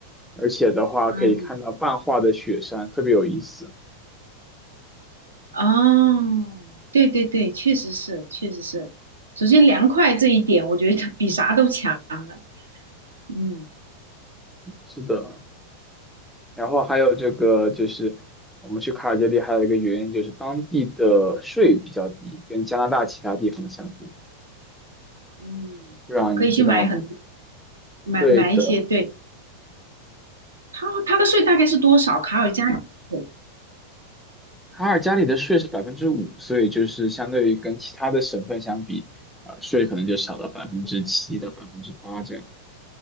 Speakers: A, in the centre; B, on the right.
A: 而且的话可以看到半化的雪山，
B: 啊。
A: 特别有意思。
B: 哦，对对对，确实是，确实是。首先，凉快这一点，我觉得比啥都强了。嗯
A: 是的，然后还有这个就是我们去卡尔加里还有一个原因就是当地的税比较低，跟加拿大其他地方相比，
B: 嗯，
A: 不知道您知道吗？
B: 可以去买很买买一些。
A: 对的，
B: 对，他他的税大概是多少？卡尔加里税，
A: 卡尔加里的税是百分之五，所以就是相对于跟其他的省份相比，啊、税可能就少了百分之七到百分之八这样。